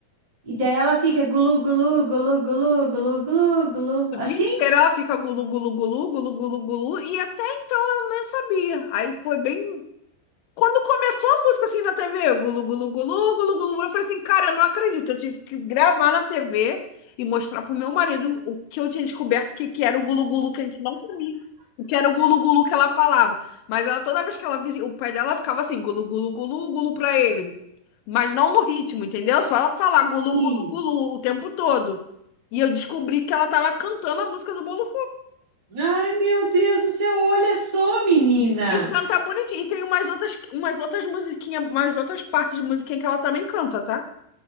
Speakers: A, on the right (about 85°); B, on the left (about 75°).
A: E daí ela fica glu, glu, glu, glu, glu, glu, glu.
B: O
A: Assim?
B: dia inteiro ela fica gulu, gulu, gulu, gulu, gulu, gulu, e até então eu nem sabia. Aí foi bem Quando começou a música assim na TV, gulu, gulu, gulu, gulu, gulu, eu falei assim, cara, eu não acredito. Eu tive que gravar na TV e mostrar pro meu marido o que eu tinha descoberto, que, que era o gulu, gulu, que a gente não sabia. O que era o gulu, gulu que ela falava. Mas ela, toda vez que ela via, o pai dela ficava assim, gulu, gulu, gulu, gulu pra ele. Mas não no ritmo, entendeu? Só ela falar gulu,
A: Sim.
B: gulu, gulu o tempo todo. E eu descobri que ela tava cantando a música do Bolo
A: Ai, meu Deus do céu, olha só, menina.
B: E canta bonitinho. E tem umas outras, umas outras musiquinhas, umas outras partes de musiquinha que ela também canta, tá?